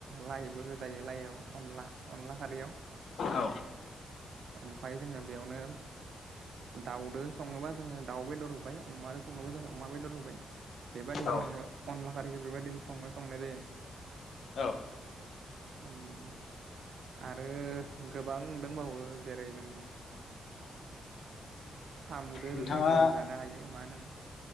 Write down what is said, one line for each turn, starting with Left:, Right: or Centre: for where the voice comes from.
Right: लाइबो होजायो लाइआव अनला अनला खारैयाव।
Left: औ
Right: ओमफ्राय जोङो बेयावनो दाउदो। संनोबा दाउ बेदर होबाय अमाजों संनोबा जों अमा बेदर होबाय बेबादि
Left: औ
Right: जोओ। सफारिखौ बेबायदिनो संनाय संनाय जायो।
Left: औ।
Right: ओं। आरो गोबां दंबावो जेरै जों। साम'दो
Left: नोंथाङा
Right: जोङो गोबो जानो हायो मा होनोमोन?